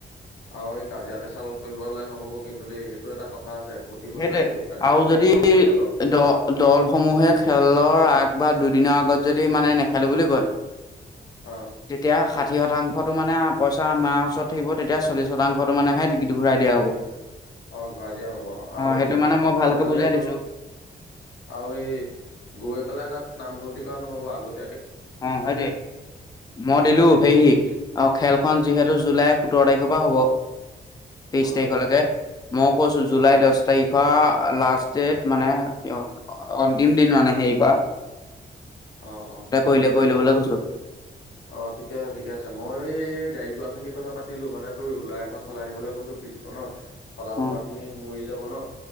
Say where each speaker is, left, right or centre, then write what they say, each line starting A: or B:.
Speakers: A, on the left; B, on the left.
A: আৰু এই কাজিয়া পেচাল কৰিব হলে নহব কিন্তু দেই সেইটো এটা কথা আছে। প্ৰতি বছৰে
B: সেইটোৱে
A: এইবোৰ কাজিয়া
B: আৰু
A: হয়
B: যদি
A: ন খেলত
B: দ দলসমূহে খেলৰ আগ বা দুদিনৰ আগত যদি মানে নেখেলো বুলি কয়।
A: অ
B: তেতিয়া ষাঠি শতাংশটো মানে পইচা আমাৰ ওচৰত থাকিব তেতিয়া চল্লিশ শতাংশ টো মানহে ঘূৰাই দিয়া হব।
A: অ ঘূৰাই দিয়া হ'ব অ। আৰুতো
B: সেইটো মানে মই ভালকে
A: সোনকালেই
B: বুজাই দিছো
A: তো আৰু এই গৈ পেলাই তাত। নামভৰ্তি কৰা নহব আগতে
B: অ হয় দে মই দিলো হেই অ খেলখন যিহেতু জুলাই সোতৰ তাৰিখৰ পৰা হ'ব তেইশ
A: অ
B: তাৰিখলৈকে মই কৈছো জুলাই দহ তাৰিখৰ লাষ্ট ডেট মানে ক অন্তিম দিন মানে হেই কোৱা
A: অ অ
B: কৰিলে কৰি লবলৈ কৈছো
A: অ ঠিকে আছে ঠিকে আছে মই এই গাড়ী ঘোৰা খিনিৰ কথা পাতিলো মানে তোৰ ৰুলাৰ এখন চলাই দিবলৈ কৈছো পিঠখনত খলা বমা
B: অ'
A: খিনি মৰি যাব ন